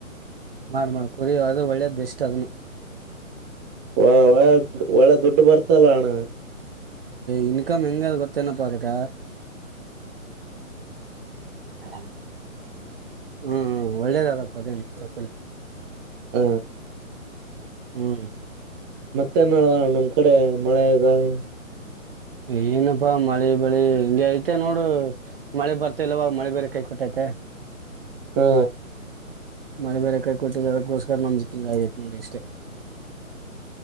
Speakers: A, on the right; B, on the right.
A: ಮಾಡ್ ಮಾಡ್ ಕುರಿ ಅದು ಒಳ್ಳೇದ್ ಬೆಸ್ಟ್ ಅದನು
B: ಒ ಒಳ್ಳೆ ದುಡ್ಡು ಬರ್ತ ತಲಾಣ
A: ಇನ್ಕಮ್ ಹೆಂಗ ಗೊತ್ತನಪ್ಪ ಅದುಕ್ಕ ಹ ಹ್ಮ್ ಒಳ್ಳದಪ್ಪ ಅೇ ಪ್ಪನ್
B: ಹ
A: ಹ್ಮ್
B: ಮತ್ತೇನ್ಡ ನಮ್ ಕಡೆ ಮಳೆಗಾಗಿ
A: ಏನಪ್ಪಾ ಮಳೆ ಬಳಿ ಹಂಗಗೆ ಐತೆ ನೋಡು ಮಳೆ ಬರ್ತ ಇಲ್ವ ಮಳ ಬರೆೇಕಾಯ ಪಠುತ್ತ
B: ಹಾ
A: ಮನೆ ಬೇರೆ ಕಾಯಿ ಕೊಟ್ಟಿದದಕ್ಕೋಸ್ಕರ ನಮ್ದುಕಿಂಗ್ ಆಗೈತ್ ನೋಡಿ ಇಷ್ಟೆ